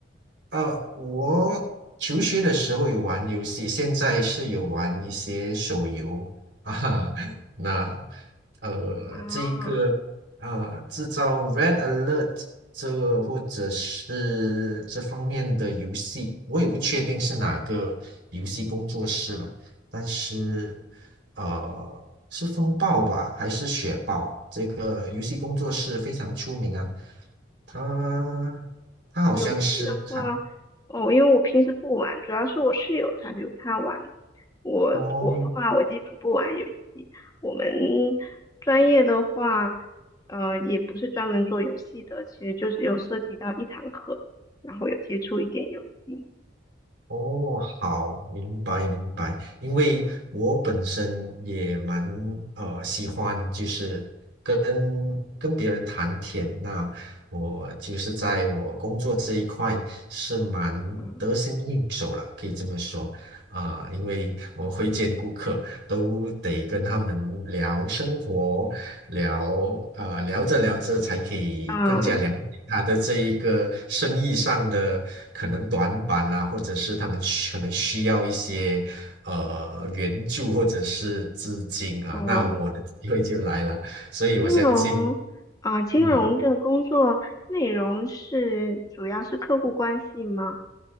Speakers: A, on the right; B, on the left.
A: 呃，我求学的时候有玩游戏，现在是有玩一些手游啊。<laughs> 那呃，
B: 啊，
A: 这一个呃，制造 Red Alert 这或者是这方面的游戏，我也不确定是哪个游戏工作室了，但是呃，是风暴吧，还是雪豹？这个游戏工作室非常出名啊，它它好像是开。
B: 游戏的话，哦，因为我平时不玩，主要是我室友他有他玩。我我的话，
A: 哦
B: 我基本不玩游戏。我们专业的话，呃，也不是专门做游戏的，其实就是有涉及到一堂课，然后有接触一点游戏。
A: 哦，好，明白明白。因为我本身也蛮呃喜欢，就是跟跟别人谈天。那我就是在我工作这一块是蛮得心应手了，
B: 嗯，
A: 可以这么说啊、因为我会见顾客，都得跟他们聊生活聊啊、呃聊着聊着才可以更加了解他的这一个生意上的可能短板啦、
B: 啊，
A: 或者是他们需可能需要一些呃援助或者是资金啊，
B: 哦、
A: 那我的机会就来了，所以我相信，
B: 金融啊，金融的工作内容是主要是客户关系吗？
A: 嗯。